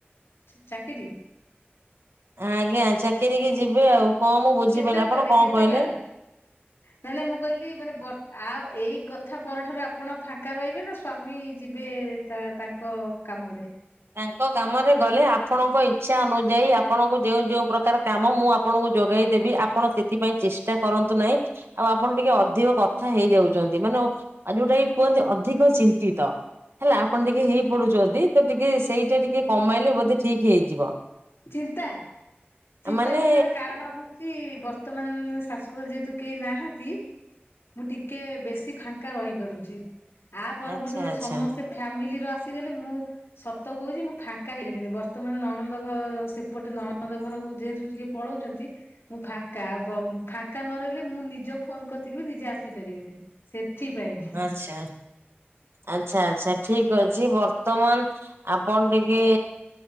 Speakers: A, on the left (about 85°); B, on the right (about 80°).
A: ଚା -ଚାକିରି
B: ଆଜ୍ଞା ଚାକିରି କି ଯିବେ ଆଉ। କଣ ମୁଁ ବୁଝିପାରିଲି
A: କେତେଟାରେ
B: ଆପଣ କଣ
A: କେତେଟା
B: କହିଲେ?
A: ନାଇଁ ନାଇଁ ମୁଁ କହିଲି ମାନେ ବର୍ତ୍ତ ଆ ଏଇ କଥା ପରଠାରୁ ଆପଣ ଫାଙ୍କା ରହିବେ ନା ସ୍ଵାମୀ ଯିବେ ତା ତାଙ୍କ କାମରେ।
B: ତାଙ୍କ କାମରେ ଗଲେ ଆପଣଙ୍କ ଇଚ୍ଛା ଅନୁଯାୟୀ ଆପଣଙ୍କୁ ଯଉ ଯୋଉ ପ୍ରକାର କାମ ମୁଁ ଆପ ଆପଣଙ୍କୁ ଯୋଗାଇଦେବି ଆପଣ ସେଥିପାଇଁ ଚେଷ୍ଟା କରନ୍ତୁ ନାହିଁ। ଆଉ ଆପଣ ଟିକେ ଅଧିକ କଥା ହେଇଯାଉଚନ୍ତି। ମାନେ ଯୋଉଟା କି କୁହନ୍ତି ଅଧିକ ଚିନ୍ତିତ। ହେଲା ଆପଣ ଟିକେ ହେଇ ପଡୁଛନ୍ତି ତ ଟିକେ ସେଇଟା ଟିକେ କମେଇଲେ ବୋଧେ ଠିକ ହେଇଯିବ।
A: ଚିନ୍ତା, ଚିନ୍ତା
B: ମାନେ
A: କରିବାର କାରଣ ହୋଉ ଚି ବର୍ତ୍ତମାନ ଶାଶୁଘରେ ଯେହେତୁ କେହି ନାହାନ୍ତି ମୁଁ ଟିକେ ବେଶୀ ଫାଙ୍କା ରହିପାରୁଚି। ଆ ପରବର୍ତ୍ତ
B: ଆଚ୍ଛା ଆଚ୍ଛା
A: ସମସ୍ତେ ଫ୍ୟାମିଲି ର ଆସିଗଲେ ମୁଁ ସତ କହୁଛି ମୁଁ ଫାଙ୍କା ହେବିନି ବର୍ତ୍ତମାନ ନଣନ୍ଦ କ ସେପଟେ ନଣନ୍ଦ ଘରକୁ ଯେହେତୁ ଟିକେ ପଳଉଚନ୍ତି ମୁଁ ଫାଙ୍କା। ବ ଫାଙ୍କା ନ ରହିଲେ ମୁଁ ନିଜ ଫୋନ କତିକି ବି ନିଜେ ଆସିପାରିବିନି। ସେଥିପାଇଁ।
B: ଆଚ୍ଛା। ଆଚ୍ଛା ଆଚ୍ଛା ଠିକ ଅଛି ବର୍ତ୍ତମାନ ଆପଣ ଟିକେ